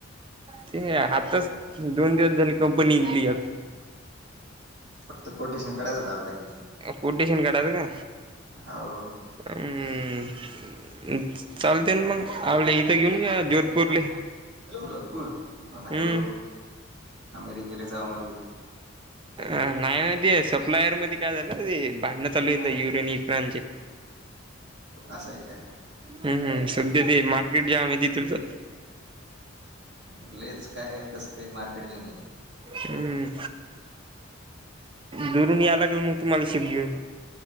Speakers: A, on the right; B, on the right.
A: ते आताच दोन दिवस झाली कंपनीली
B: फक्त कोटेशन कढयच होत आपल्याला
A: कोटेशन कढात का
B: हो
A: हम्. चालते ना मग आल्या इथं घेऊन घ्या जोधपूरले
B: गखपूर हो
A: हम्म
B: ना हो अमेरिकेला जाऊ म्हण.
A: अ नाही नाती सप्लायर मध्ये काय झालं ते भांड. चालू
B: हो
A: येत युरेन यक्रनचे
B: असं आहे का
A: हम् हम् सध्या ते मार्केट जम आहे त तुझचं.
B: अलेच काय आहे कसं काय मार्केट जॉईन कर.
A: हम्म दरून याय लागेल मग तुम्हाला शिफ्ट घेऊन